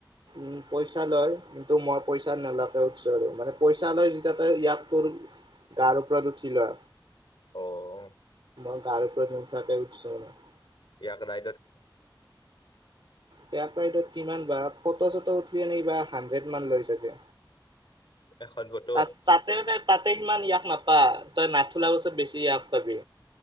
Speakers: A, on the right; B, on the left.
A: উম পইচা লয় কিন্তু মই পইচা নালাকে উঠিছো আৰু মানে পইচা লৈ যেতিয়া তই ইয়াক তোৰ। তাৰ ওপৰত উঠি লোৱা।
B: আহ
A: মই গাৰওপৰত নোটা কে উঠিছো মানে।
B: ইয়াক ৰা
A: ত কিমান বা ফ চটো উঠি ন কিবা হাড্ৰেড মান লৈ চাগে।
B: এখন ফটোত
A: তাত তাতে তাতে সিমান ইয়াস নাপায়। নাপা তই নাথলা অছত বেছি ইয়গ পাবি।